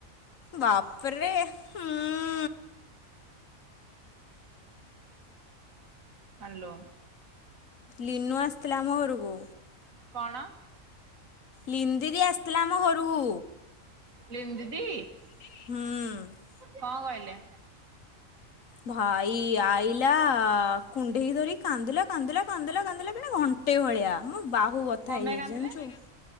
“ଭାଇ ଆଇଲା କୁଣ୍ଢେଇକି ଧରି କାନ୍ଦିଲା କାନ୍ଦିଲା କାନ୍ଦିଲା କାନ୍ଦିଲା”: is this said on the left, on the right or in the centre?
Left